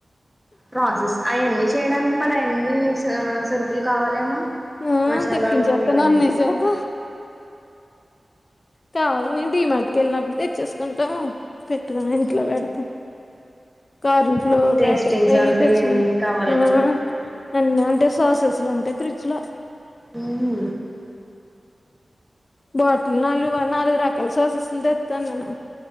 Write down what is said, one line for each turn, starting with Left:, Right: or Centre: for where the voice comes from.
Centre: ప్రాసెస్ అయన్నీ చేయడానికి మరి అన్ని సరుకులు కావాలేమో
Left: ఆ
Centre: మసాలాలు
Left: తెప్పించేస్తాను
Centre: ఇవన్నీ
Left: అన్నయ్య చేత కావాలి నేను డి మార్ట్కి వెళ్ళినప్పుడు తెచ్చేసుకుంటాము పెట్టదా ఇంట్లో
Centre: మ్మ్
Left: పెడతాం కార్న్ ఫ్లో
Centre: టేస్టింగ్
Left: ప్యాకెట్
Centre: సాల్ట్
Left: అవి తెచ్చిండు
Centre: ఇవన్నీ కావాలి
Left: మ్మ్
Centre: కదా
Left: అన్నీ ఉంటాయి సాసెస్లు ఉంటాయి ఫ్రిడ్జ్ లో
Centre: మ్మ్
Left: బాటిల్ నాలుగు నాలుగు రకాలు సాసెస్లు తెత్తా నేను